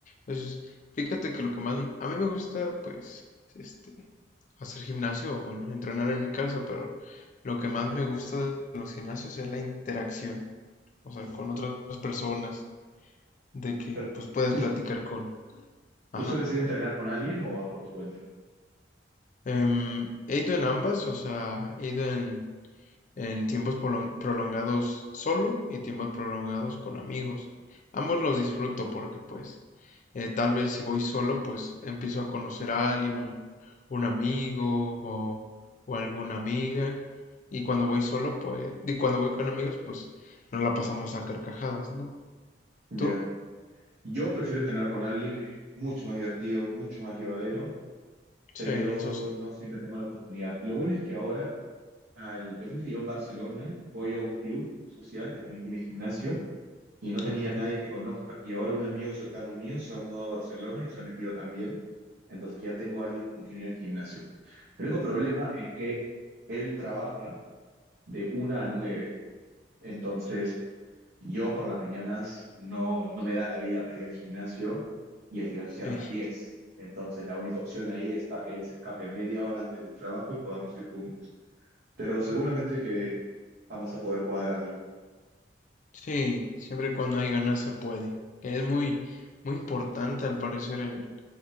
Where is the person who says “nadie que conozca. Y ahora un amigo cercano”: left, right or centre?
Right